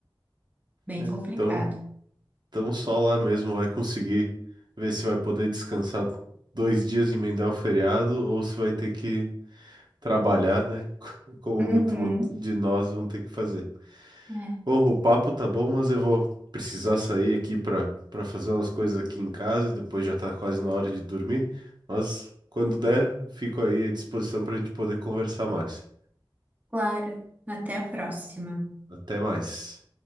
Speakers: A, on the right (about 20°); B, on the right (about 55°).
A: Bem
B: É.
A: complicado.
B: Então, então só lá mesmo vai conseguir ver se vai poder descansar dois dias e emendar o feriado ou se vai ter que trabalhar, né? <laughs> Como
A: Uhum.
B: muito mo- de nós vão ter que fazer.
A: É,
B: Bom, o papo tá bom, mas eu vou precisar sair aqui para para fazer umas coisas aqui em casa e depois já tá quase na hora de dormir. Mas quando der, fico aí à disposição para a gente poder conversar mais.
A: claro. Até a próxima.
B: Até mais.